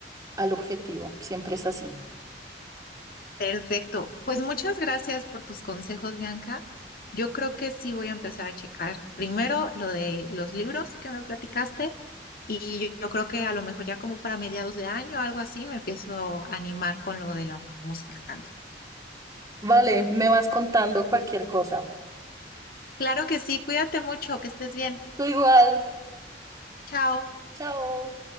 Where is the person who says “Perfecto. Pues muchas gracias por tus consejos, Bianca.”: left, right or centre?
Left